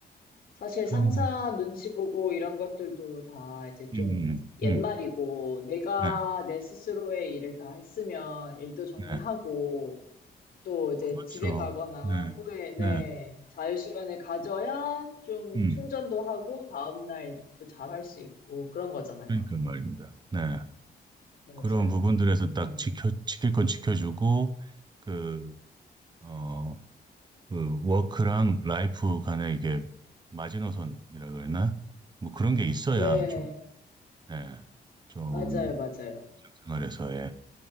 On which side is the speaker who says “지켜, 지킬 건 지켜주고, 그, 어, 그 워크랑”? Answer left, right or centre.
Right